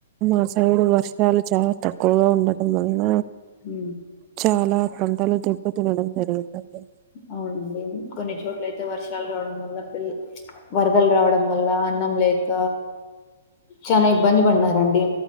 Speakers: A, on the right; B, on the left.
A: మా సైడ్ వర్షాలు చాలా తక్కువగా ఉండటం వలన
B: ఉ
A: చాలా పంటలు దెబ్బ తినడం జరిగిందండి
B: అవునండి కొన్ని చోట్లయితే వర్షాలు రావడం వల్ల వరదలు రావడం వల్ల అన్నం లేక చాలా ఇబ్బంది పడినారండి